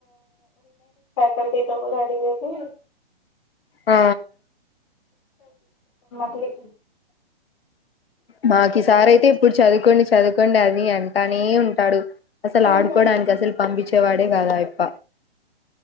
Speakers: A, on the left; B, on the left.
A: కల్టీ తో కూడా అడిగేది
B: ఆ
A: మీ
B: మాకి సారయితే ఎప్పుడు చదువుకోండి చదువుకోండి అది అంటానే ఉంటాడు అసలు
A: ఉహు
B: ఆడుకోడానికి అసలు పంపించేవాడే కాదు ఆయ్ప